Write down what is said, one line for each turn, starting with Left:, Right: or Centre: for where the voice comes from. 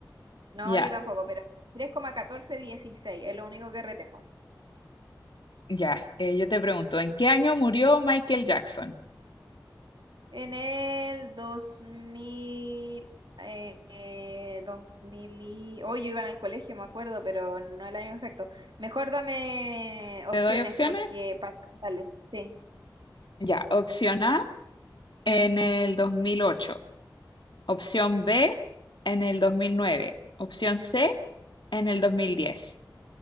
Right: No,
Left: Ya,
Right: yo tampoco, pero tres coma catorce dieciséis es lo único que retengo.
Left: ya. Eh, yo te pregunto, ¿en qué año murió Michael Jackson?
Right: En el 2000, eh, eh, 2000 y... Hoy yo iba en el colegio, me acuerdo, pero no el año exacto. Mejor dame
Left: ¿Te
Right: opciones
Left: doy opciones?
Right: porque para... Dale, sí.
Left: Ya, opción A. en el dos mil ocho, opción B en el dos mil nueve, opción C en el dos mil diez,